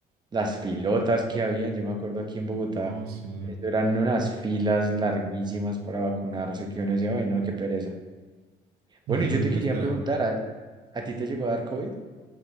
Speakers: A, on the right; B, on the right.
A: las filotas que habían, yo me acuerdo aquí en Bogotá,
B: Oh, sí.
A: eso eran unas filas larguísimas para vacunarse que uno decía, ay, no, qué pereza.
B: <laughs>
A: Bueno, y yo te
B: Yo
A: quería
B: esperaba.
A: preguntar, ¿a, a ti te llegó a dar COVID?